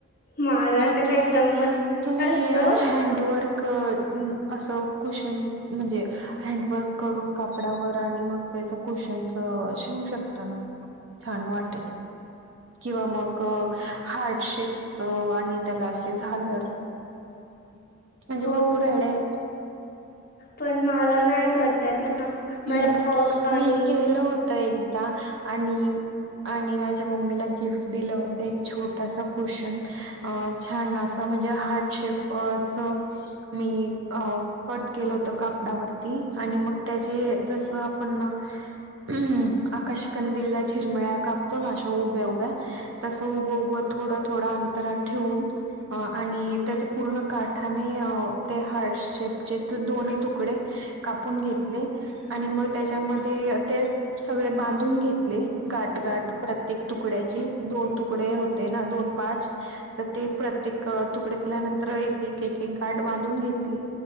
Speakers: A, on the left; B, on the right.
A: मला
B: म
A: तर
B: तू,
A: काही जमत
B: तुम्ही
A: असत
B: हँडवर्क अस कुशन म्हणजे, हँडवर्क करून कापडावर आणि मग त्याच कुशनच शिवू शकता ना अस. छान वाटेल. किंवा मग अ हार्ट शेप सो आणि त्याला आशी झालर, म्हणजे
A: हो
B: भरपूर आयडिया आहेत.
A: पण मला नाही करता येत ना.
B: हम्म,
A: मला वर्क आणि
B: मी केल होत एकदा आणि आणि माझ्या मम्मीला गिफ्ट दिल होत. एक छोटासा कुशन. अ छान अस म्हणजे हार्ट शेपच मी अं कट केल होत कापडावरती. आणि मग त्याचे ते जस आपण हम्म, आकाश कंदला झिरमळ्याकपतो ना अशा उभ्या उभ्या. तस उभ उभ थोड थोड अंतर ठेवून अ आणि त्याचे पूर्ण काठाने ते हार्टशेपचे दोन्ही तुकडे कापून घेतले. आणि मग त्याच्यामध्ये तेच सगळे बांधून घेतले. गाठ गाठ प्रत्येक तुकड्याची. दोन तुकडे होते. ते ना दोन, पाच तर ते प्रत्येक तुकडे केल्यानंतर एक एक एक एक गाठ बांधून घेतली.